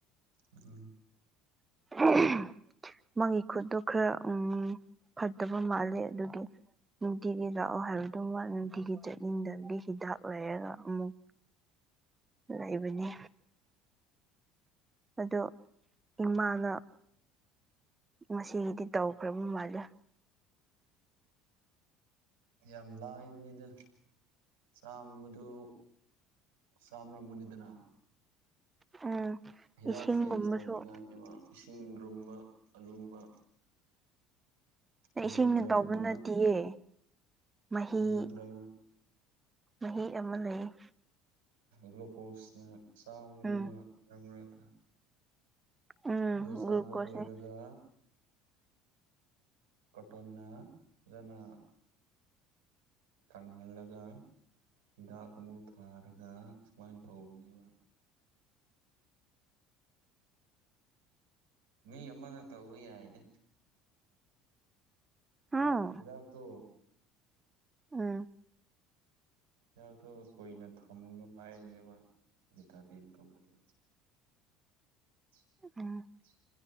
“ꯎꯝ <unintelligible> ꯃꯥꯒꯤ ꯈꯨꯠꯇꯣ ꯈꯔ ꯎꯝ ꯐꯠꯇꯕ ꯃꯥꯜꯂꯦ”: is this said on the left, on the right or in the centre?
Right